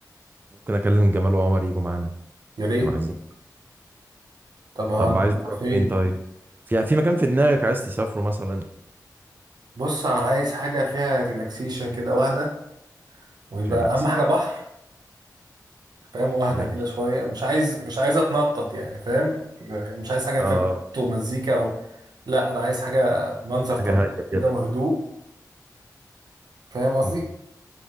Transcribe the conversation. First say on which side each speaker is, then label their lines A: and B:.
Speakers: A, on the right; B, on the right.
A: ممكن اكلم جمال وعمر يجوا معانا
B: يا ريت
A: كانوا عايزين
B: طب هنطلع
A: طب عايز تروح
B: فين
A: فين طيب في في مكان في دماغك عايز تسافره مثلا
B: بص انا عايز حاجه فيها ريلاكسيشن كده واحده ويبقى
A: ريلاكس
B: اهم حاجه بحر فاهم
A: بحر
B: واحده
A: ماشي
B: كده شويه مش عايز مش عايز اتنطط يعني فاهم مش عايز حاجه
A: اه
B: فيها خبط ومزيكا و... لا انا عايز حاجه منظر طبيعي
A: حاجه هاديه
B: كده
A: كده
B: وهدوء فاهم قصدي
A: مم.